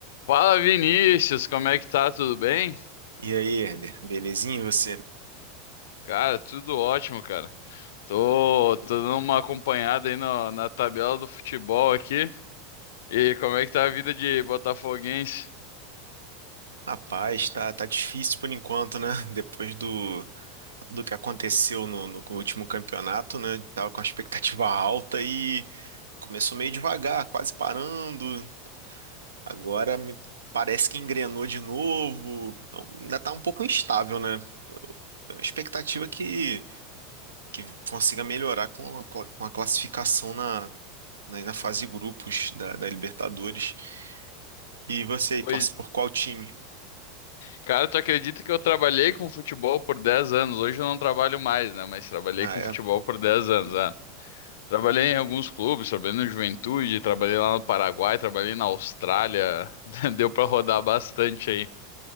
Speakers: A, on the left (about 70°); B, on the right (about 80°).
A: Fala Vinícius, como é que tá? Tudo bem?
B: E aí, Herder, belezinha e você?
A: Cara, tudo ótimo, cara. Tô, tô dando uma acompanhada aí no- na tabela do futebol aqui. E como é que tá a vida de botafoguense?
B: Rapaz, tá, tá difícil por enquanto, né? <laughs> Depois do, do que aconteceu no, no último campeonato, né? Tava com a expectativa <laughs> alta e começou meio devagar, quase parando. Agora me parece que engrenou de novo. Então, ainda tá um pouco instável, né? É uma expectativa que, que consiga melhorar com a, cla- com a classificação na, na, na fase de grupos da, da Libertadores. E você aí,
A: Pois,
B: torce por qual time?
A: cara, tu acredita que eu trabalhei com futebol por 10 anos? Hoje eu não trabalho mais, né? Mas trabalhei
B: Ah,
A: com
B: é.
A: futebol por 10 anos, né? Trabalhei em alguns clubes, trabalhei no Juventude, trabalhei lá no Paraguai, trabalhei na Austrália. <laughs> Deu pra rodar bastante